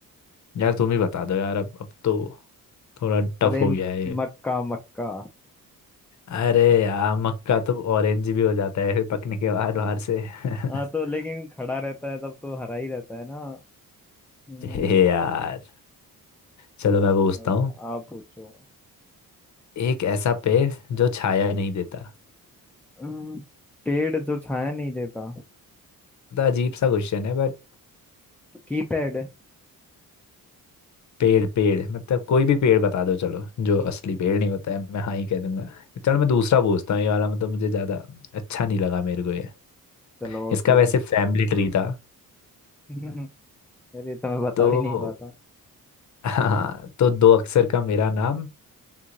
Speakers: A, on the left; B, in the centre.
A: यार तुम ही बता दो यार अब अब तो थोड़ा टफ
B: अरे
A: हो
B: म-
A: गया है ये
B: मक्का मक्का
A: अरे यार मक्का तो ऑरेंज भी हो जाता है फिर पकने के बाद बाहर से
B: हाँ तो
A: <laughs>
B: लेकिन खड़ा रहता है तब तो हरा ही रहता है ना हम्म,
A: हे यार चलो मैं पूछता
B: चलो,
A: हूँ
B: आप पूछो
A: एक ऐसा पेड़ जो छाया नहीं देता
B: हम्म, पेड़ जो छाया नहीं देता
A: मतलब अजीब सा क्वेश्चन है बट
B: कीपैड
A: पेड़ पेड़ मतलब कोई भी पेड़ बता दो चलो जो असली पेड़ नहीं होता है मैं हाँ ही कह दूंगा चलो मैं दूसरा पूछता हूँ ये वाला मतलब मुझे ज्यादा अच्छा नहीं लगा मेरे को ये
B: चलो और
A: इसका
B: कोई
A: वैसे
B: पूछ
A: फैमिली ट्री था
B: <laughs> अरे ये तो मैं बता
A: तो
B: भी नहीं पाता
A: हाँ तो दो अक्षर का मेरा नाम